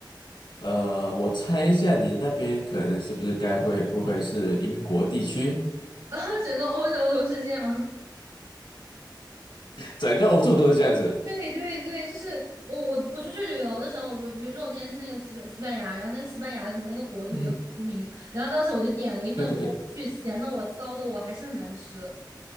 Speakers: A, on the left; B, on the right.
A: 呃，我猜一下，你那边可能是不是该会不会是英国地区？
B: <laughs> 啊，整个欧洲都是这样。<laughs>
A: 整个欧洲都是这样子。
B: 对对对，就是我我我出去旅游的时候，比比如说我之前去那个西班西班牙，然后那个西班牙什么那个火腿又很出名，
A: 嗯
B: 然后当时我就点了一份，
A: 对对对，
B: 我去咸的我骚的我还是很难吃。